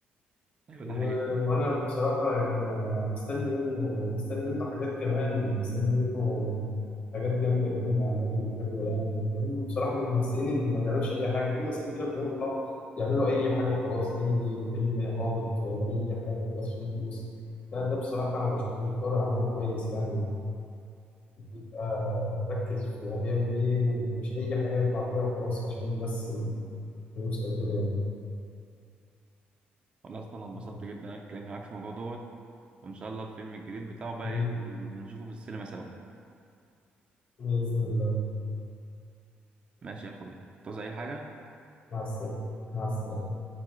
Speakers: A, on the right (about 30°); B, on the left (about 45°).
A: ايوه
B: و-
A: ده حقيقي
B: وانا بصراحه يعني مستني منه مستني منه حاجات كمان يعني مستني منه حاجات جامده كمان واعمال حلوه يعني لانه بصراحه من الممثلين اللي ما بيعملش اي حاجه في ممثلين كده بتلاقيهم يطلعوا يعملوا اي حاجه وخلاص اي فيلم هابط ولا اي حاجه خلاص فين فلوس ده ده بصراحه انا بشوفه بيختار اعماله كويس يعني بيبقى مركز في هو بيعمل ايه ومش اي حاجه يطلع فيها وخلاص عشان بس فلوس او كده
A: والله اصلا انا اتبسطت
B: يعني
A: جدا إن انا اتكلمت معاك في الموضوع دوت وان شاء الله الفيلم الجديد بتاعه بقى
B: آمين
A: ايه نشوفه في السينما سوا
B: بإذن الله
A: ماشي يا اخويا تعوز اي حاجة
B: مع السلامة مع السلامة